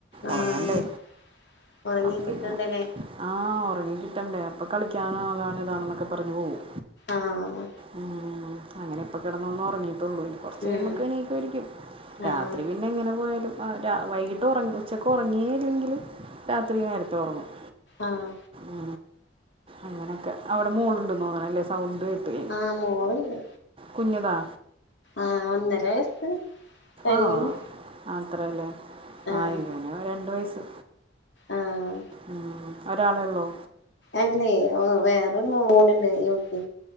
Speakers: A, on the left; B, on the right.
A: ആഹ്
B: ഉറങ്ങണ്ടേ
A: ഉറങ്ങി
B: അപ്പങ്ങന
A: കിട്ടണ്ടല്ലേ
B: ആഹ ഉറങ്ങിക്കിട്ടണ്ടേ അപ്പൊ കളിക്കാനാണ് അതാണ് ഇതാണ്ണെന്നൊക്കെ പറഞ്ഞു പോകവും
A: ആഹ്
B: ഉ അങ്ങനെ ഇപ്പൊ കിടന്നൊന്നും ഉറങ്ങീട്ടുള്ളൂ കുറച്ച്
A: ഉം
B: കഴ്പോക്കക്ക് എണീക്കരിക്കും രാത്രി
A: ആഹ്
B: പിന്നെ എങ്ങനെ പോയാലും വൈകിട്ട് ഉറ ഉച്ചക്ക് ഉറങ്ങിയേ ഇല്ലെങ്കിലിൽ രാത്രി നേരത്തെ ഉറങ്ങും
A: ആഹ്
B: ഉ അങ്ങനെയൊക്കെ അവിടെ മോളുണ്ട് തോന്നണല്ലേ സൗണ്ട് പി
A: ആഹ് മോളുണ്ട്
B: കുഞ്ഞതാ
A: ആഹ ഒന്നര വയസ്സ് കഴിയണ്
B: ആഹ അത്രല്ലേ
A: ആഹ്
B: ആയിവന രണ്ട വയസ്
A: ആഹ്
B: ഉ ഒരാള ഉള്ളൂ
A: അല്ലേ വേറൊന്ന മഓളണ്ട്േ യുവത്തി